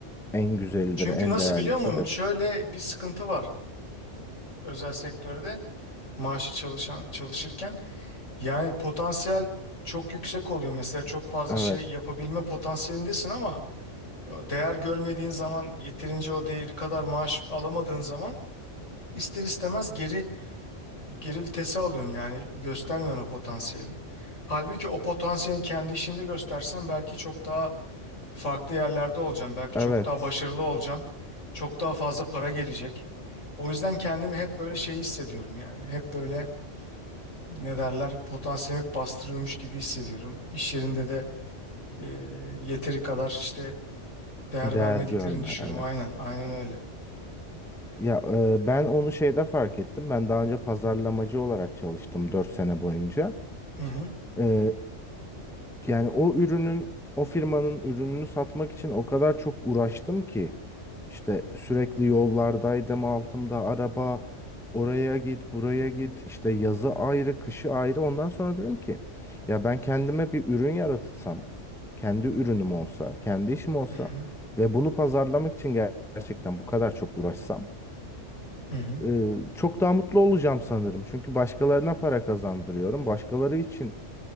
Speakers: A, in the centre; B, on the left (about 90°).
A: en güzelidir,
B: Çünkü
A: en
B: nasıl
A: değerlisidir.
B: biliyor musun? Şöyle bir sıkıntı var özel sektörde maaşı çalışan çalışırken. Yani potansiyel çok yüksek oluyor. Mesela çok fazla
A: Evet.
B: şey yapabilme potansiyelindesin ama o değer görmediğin zaman yeterince o değeri kadar maaş alamadığın zaman ister istemez geri Geri vitese alıyorsun yani göstermiyorsun o potansiyeli. Halbuki o potansiyeli kendi işinde göstersen belki çok daha farklı yerlerde olacaksın. Belki
A: Evet.
B: çok daha başarılı olacaksın. Çok daha fazla para gelecek. O yüzden kendimi hep böyle şey hissediyorum yani. Hep böyle ne derler potansiyelimi hep bastırıyormuş gibi hissediyorum. İş yerinde de e, yeteri kadar işte değer
A: Değer
B: vermediklerini
A: görme.
B: düşünüyorum.
A: Evet.
B: Aynen aynen öyle.
A: Ya e, ben onu şeyde fark ettim. Ben daha önce pazarlamacı olarak çalıştım 4 sene boyunca.
B: Hı hı.
A: E, yani o ürünün, o firmanın ürününü satmak için o kadar çok uğraştım ki. İşte sürekli yollardaydım, altımda araba, oraya git, buraya git, işte yazı ayrı, kışı ayrı. Ondan sonra dedim ki ya ben kendime bir ürün yaratsam, kendi ürünüm olsa, kendi işim olsa
B: Hı hı.
A: ve bunu pazarlamak için ger- gerçekten bu kadar çok uğraşsam.
B: Hı hı.
A: Ee, çok daha mutlu olacağım sanırım. Çünkü başkalarına para kazandırıyorum. Başkaları için